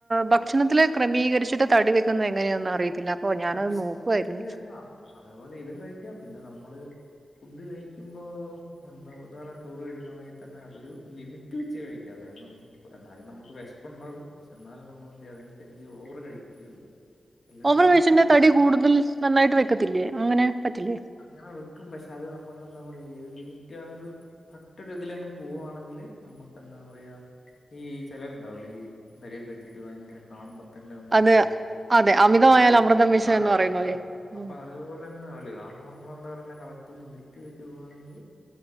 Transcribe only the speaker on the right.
ഭക്ഷണത്തില് ക്രമീകരിച്ചിട്ട് തടി വെക്കുന്നത് എങ്ങനെന്ന് അറിയത്തില്ല അപ്പൊ ഞാനത്
നോക്കുവായിരുന്നു.
ഓവർ
കഴിച്ച
തടി
കൂടുതൽ നന്നായിട്ട് വെക്കത്തില്ലേ അങ്ങനെ പറ്റില്ലേ
അത് അതെ അമിതമായാൽ
അമൃതം വിഷം
എന്ന് പറയുന്നത്.
ഉം.